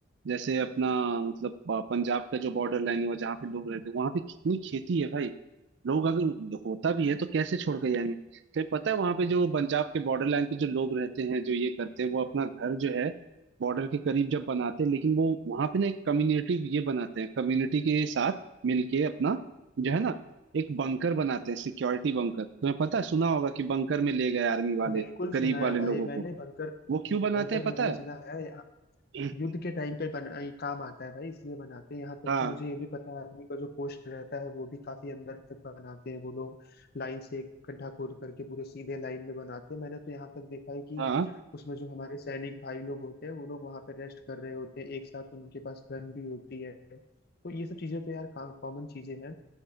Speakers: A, on the right (about 65°); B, on the left (about 55°).
A: जैसे अपना मतलब अ, पंजाब का जो बॉर्डर लाइन हुआ जहाँ पे लोग रहते हैं वहां पे कितनी खेती है भाई लोग अगर होता भी है तो कैसे छोड़ के जाएंगे तो पता है वहां पे जो पंजाब के बॉर्डर लाइन पे जो लोग रहते हैं जो ये करते हैं वो अपना घर जो है बॉर्डर के करीब जब बनाते हैं लेकिन वो वहां पे ना एक कम्युनिटी ये बनाते हैं कम्युनिटी के साथ मिलके अपना जो है ना एक बंकर बनाते हैं सिक्योरिटी बंकर तुम्हें पता है सुना होगा कि बंकर में ले गए आर्मी वाले
B: बिल्कुल
A: करीब
B: सुना
A: वाले
B: है भाई
A: लोगों
B: मैंने
A: को
B: बंकर
A: वो क्यों
B: बंकर
A: बनाते हैं
B: मैंने
A: पता है
B: सुना है
A: <clears throat>
B: युद्ध के टाइम पे बना ये काम आता है भाई इसलिए बनाते हैं यहाँ तक
A: हाँ
B: कि मुझे ये भी पता है आर्मी का जो पोस्ट रहता है वो भी काफी अंदर तक बनाते हैं वो लोग लाइन से एक गड्ढा खोद करके पूरे सीधे लाइन में बनाते हैं मैंने तो यहाँ तक देखा है कि
A: हाँ
B: उसमें जो हमारे सैनिक भाई लोग होते हैं वो लोग वहां पे रेस्ट कर रहे होते हैं एक साथ उनके पास गन भी होती है तो ये सब चीजें तो यार कॉमन चीजें हैं